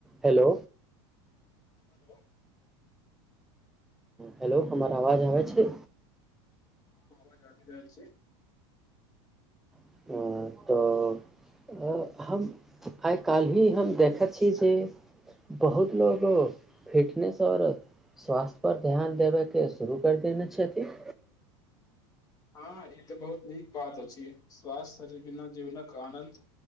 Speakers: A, in the centre; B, on the left.
A: hello
B: hello
A: hello हमर आवाज आबै छै
B: हँ आवाज आवी रहल छै
A: अ, तऽ अ, हम आइ काल्हि भी हम देखैत छी जे बहुत लोको फिटनेस ओर स्वास्थ पर ध्यान देबयके शुरू करि देने छथिन
B: हँ ई तऽ बहुत नीक बात अछि स्वास्थ्य श बिना जीवनक आनन्द